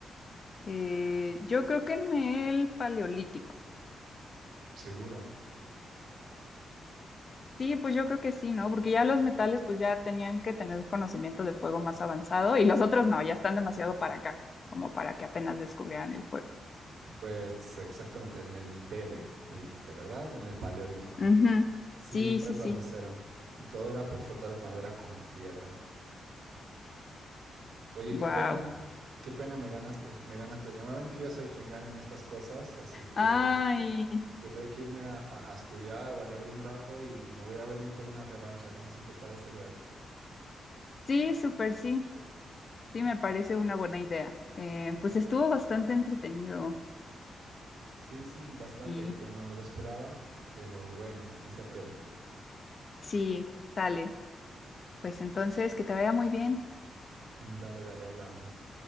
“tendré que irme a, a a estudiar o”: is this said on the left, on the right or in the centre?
Right